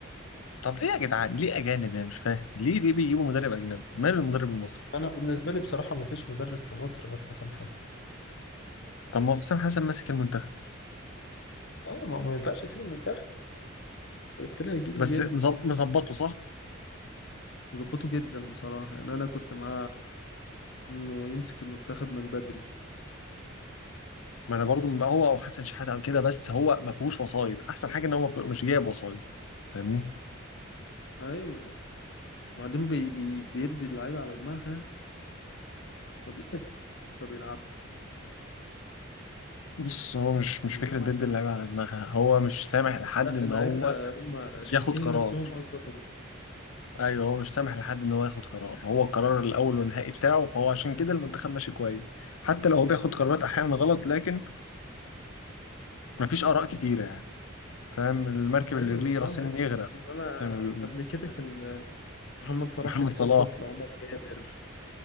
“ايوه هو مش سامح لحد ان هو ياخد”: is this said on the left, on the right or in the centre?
Left